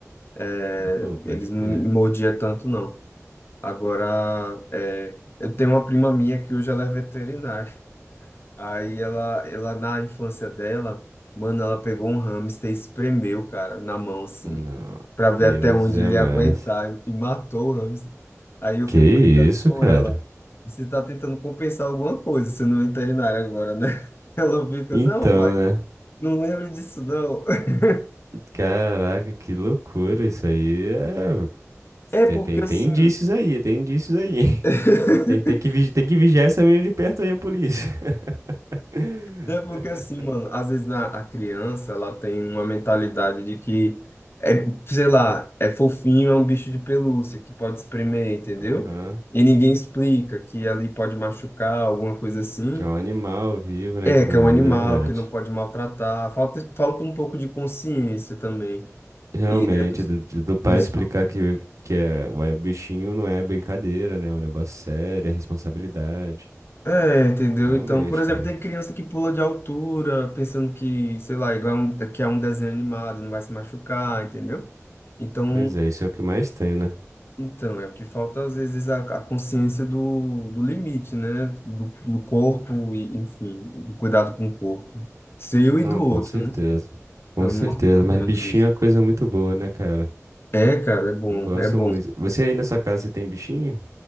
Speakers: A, on the left; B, on the right.
A: É,
B: Pô, pode
A: eles
B: crer.
A: não me mordiam tanto, não. Agora, é, eu tenho uma prima minha que hoje ela é veterinária. Aí ela, ela na infância dela, mano, ela pegou um hamster e espremeu, cara, na mão, assim,
B: Não,
A: pra
B: Deus
A: ver até onde
B: é
A: ele
B: mais.
A: ia aguentar e matou o hamster. Aí eu
B: Que
A: fico brincando
B: isso,
A: com
B: cara?
A: ela. Você tá tentando compensar alguma coisa sendo veterinária agora, né? <laughs> Ela fica,
B: Então,
A: não, mãe,
B: né?
A: não lembro disso, não. <laughs>
B: Caraca, que loucura isso aí. É...
A: É
B: Tem,
A: porque
B: tem,
A: assim.
B: tem indícios aí, tem indícios aí.
A: <laughs>
B: <laughs> Tem, tem que, vigi- tem que vigiar essa menina de perto aí, a polícia. <laughs>
A: É porque assim, mano, às vezes na, a criança ela tem uma mentalidade de que é, sei lá, é fofinho, é um bicho de pelúcia que pode espremer, entendeu?
B: Aham.
A: E ninguém explica que ali pode machucar, alguma coisa assim.
B: Que é um animal vivo, né,
A: É,
B: e tudo
A: que é
B: mais,
A: um animal
B: é verdade.
A: que não pode maltratar. Falta, falta um pouco de consciência também.
B: Realmente,
A: E é, dos,
B: do, de- do pai
A: dos
B: explicar que, que é, ué, o bichinho não é brincadeira, né? É um negócio sério, é responsabilidade.
A: É, entendeu?
B: Realmente,
A: Então, por exemplo,
B: cara.
A: tem criança que pula de altura, pensando que, sei lá, igual é um, é que é um desenho animado, não vai se machucar, entendeu? Então,
B: Pois é, isso é o que mais tem, né?
A: então é o que falta às vezes a, a consciência do, do limite, né? Do, do corpo e, enfim, do cuidado com o corpo, seu e
B: Não,
A: do outro,
B: com certeza.
A: né?
B: Com
A: Então
B: certeza,
A: é muito importante
B: mas bichinho
A: isso.
B: é uma coisa muito boa, né, cara?
A: É, cara, é bom,
B: Eu gosto
A: é bom.
B: muito. Você aí na sua casa, você tem bichinho?